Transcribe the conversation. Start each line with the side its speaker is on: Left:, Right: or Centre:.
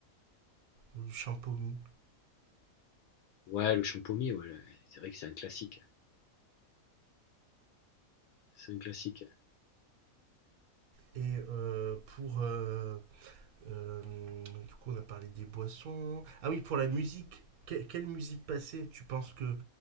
Right: ou du champomy.
Left: Ouais, le champomy, ouais, le- c'est vrai que c'est un classique. C'est un classique.
Right: Et euh, pour euh, euh, du coup on a parlé des boissons. Ah oui pour la musique. Que- quelle musique passer? Tu penses que